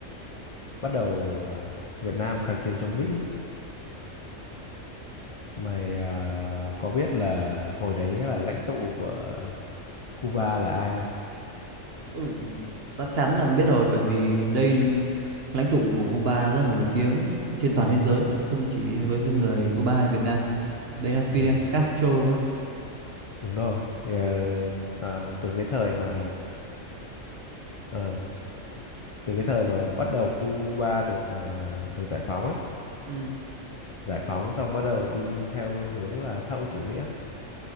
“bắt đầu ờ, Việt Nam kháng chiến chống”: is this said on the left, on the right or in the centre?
Left